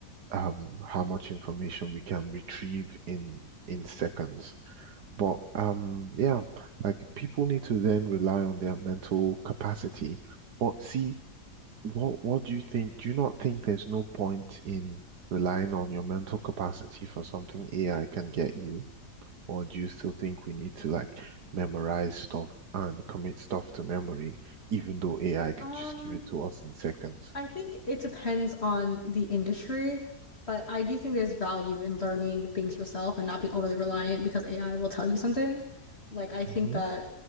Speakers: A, on the right; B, on the left.
A: um how much information we can retrieve in in seconds. But um yeah, like people need to then rely on their mental capacity. But see, what what do you think? Do you not think there's no point in relying on your mental capacity for something AI can get you? Or do you still think we need to like memorize stuff and commit stuff to memory, even though AI can
B: Um,
A: just give it to us in seconds?
B: I think it depends on the industry, but I do think there's value in learning things yourself and not being overly reliant because AI will tell you something. Like I think
A: Mm-hmm,
B: that